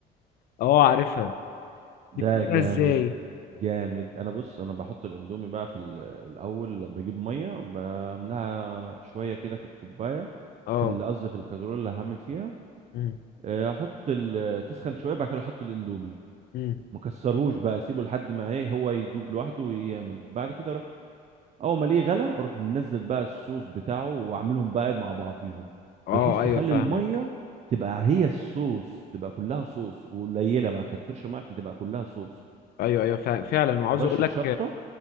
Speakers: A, on the left; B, on the right.
A: اه عارفها
B: ده
A: دي بتعملها
B: جامد
A: ازاي
B: جامد انا بص انا بحط الاندومي بقى في ال- الاول بجيب ميه بملاها شويه كده في الكوبايه
A: اه
B: في ال- قصدي في الكازرول اللي هعمل فيها
A: امم
B: آه، احط ال- تسخن شويه بعد كده احط الاندومي
A: امم
B: ما كسرهوش بقى اسيبه لحد ما ايه هو يدوب لوحده ويعمل بعد كده اروح اول ما الاقيه غلى اروح منزل بقى الصوص بتاعه واعملهم بقى مع بعضيهم
A: اه
B: بحيث
A: ايوه
B: تخلي
A: فاهمك
B: الميه تبقى هي الصوص تبقى كلها صوص وقليله بقى كترش الميه عشان تبقى كلها صوص
A: ايوه ايوه فا- فعلا وعاوز
B: ورشه
A: اقول لك
B: شطه